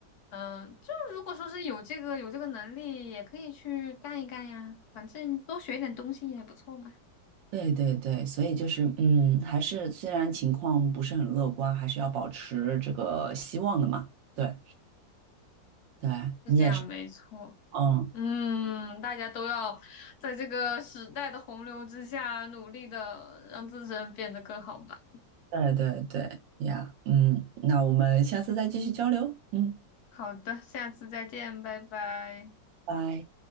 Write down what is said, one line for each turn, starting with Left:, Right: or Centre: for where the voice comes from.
Left: 嗯、就是如果说是有这个有这个能力，也可以去干一干呀，反正多学一点东西也不错嘛，
Right: 对对对，所以就是嗯，还是虽然情况不是很乐观，还是要保持这个希望的嘛。对对，
Left: 是这样，
Right: 你也是，
Left: 没错。
Right: 嗯，
Left: 嗯，大家都要在这个时代的洪流之下，努力的让自身变得更好吧。
Right: 对对对呀，嗯，那我们下次再继续交流，嗯，
Left: 好的，下次再见，拜拜。
Right: 拜。